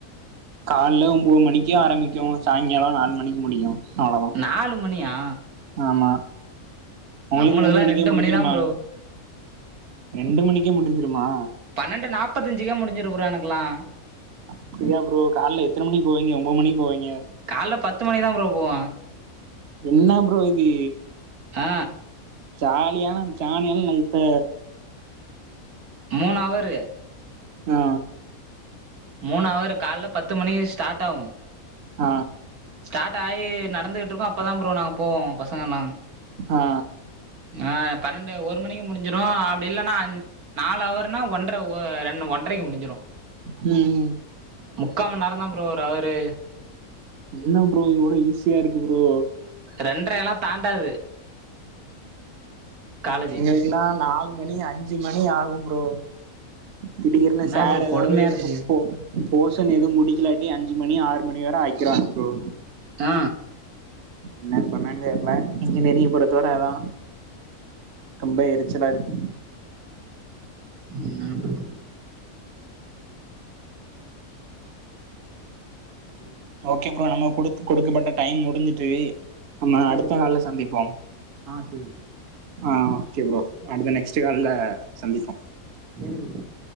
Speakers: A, on the right (about 55°); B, on the right (about 85°).
A: கால்ல ஒம்பது மணிக்கு ஆரம்பிக்கு சாங்காலோ நாலு மணிக்கு முடியு அவ்ளோதா
B: நாலு மணியா
A: ஆமா நாளைக்கி
B: நம்மளுக்கெல்லா
A: மூணு மணிக்கே
B: ரெண்டு
A: முடுஞ்சுருமா
B: மணி தா ப்ரோ
A: ரெண்டு மணிக்கே முடிஞ்சிருமா
B: பன்னெண்டு நாப்பத்தஞ்சுக்கே முடுஞ்சுரு ப்ரோ எனக்லா
A: அப்டியா ப்ரோ கால்ல எத்தன மணிக் போவீங்க ஒன்பது மணிக் போவீங்க
B: கால்ல பத்து மணிக் தான் ப்ரோ போவ
A: என்னா ப்ரோ இது
B: அ
A: ஜாலியானா ஜானியல் லைப்
B: மூணவரு
A: ஆ
B: மூணவரு கால்ல பத்து மணிக் ஸ்டார்ட் ஆவு
A: ஆ
B: ஸ்டாட் ஆயி நடந்துகிட்டு இருக்கோ அப்பதா ப்ரோ நாங்க போவோ பசங்கல்லா
A: ஆ
B: ஆ பன்னெண்டு ஒரு மணிக்கு முடிஞ்சிரு அப்டி இல்லன்னா நாலு அவர்னா ஒன்ற ஒ ரெண் ஒன்றைக்கு முடிஞ்சிரு
A: ம்
B: முக்கா மணி நேரந்தா ப்ரோ ஒரு அவரு
A: என்ன ப்ரோ இவ்ளோ ஈஸியா இருக்கு ப்ரோ
B: ரெண்ரயெல்லா தாண்டாது காலேஜு
A: எங்களுக்குலா நாலு மணி அஞ்சு மணி ஆவும் ப்ரோ திடீர்னு
B: என்னா
A: சாரு
B: ப்ரோ
A: ஏதாது
B: கொடுமையா இருக்கு
A: கூப்போ போஷன் எதும் முடிக்கிலாட்டி அஞ்சு மணி ஆறு மணி வர ஆக்கிருவாங்க ப்ரோ
B: ஆ
A: என்ன பண்ணேன் தெர்ல இன்ஜினியரிங் பொறுத்தவர அதா ரொம்ப எரிச்சலா இருக்கு
B: என்ன ப்ரோ சேரி விடு
A: ஓகே ப்ரோ நம்மக் குடுத் குடுக்கப்பட்ட டைம் முடிஞ்சிட்டு நம்ம
B: சேரி ப்ரோ சேரி
A: அடுத்த
B: ப்ரோ
A: நாள்ல சந்திப்போ
B: ஆ சேரி
A: ஆ ஓகே ப்ரோ அடுத்த நெக்ஸ்ட் கால்ல சந்திப்போ
B: சேரி ப்ரோ